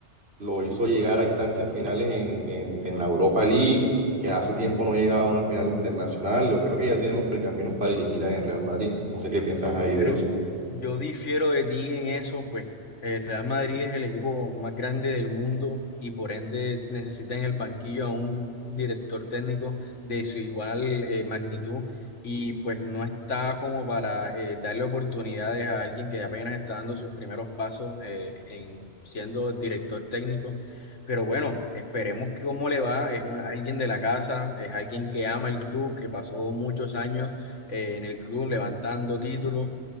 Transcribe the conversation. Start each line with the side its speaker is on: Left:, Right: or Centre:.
Right: lo hizo llegar a instancias finales en, en, en la Europa League, que hace tiempo no llegaba a una final internacional. Yo creo que ya tiene los pergaminos para dirigir al Real Madrid. No sé qué piensas ahí
Left: Bueno,
Right: de eso.
Left: yo difiero de ti en eso, pues el Real Madrid es el equipo más grande del mundo y por ende necesita en el banquillo a un director técnico de su igual eh, magnitud y pues no está como para eh, darle oportunidades a alguien que apenas está dando sus primeros pasos eh, en siendo director técnico. Pero bueno, esperemos que cómo le va. Es una- alguien de la casa, es alguien que ama el club, que pasó muchos años eh, en el club levantando títulos.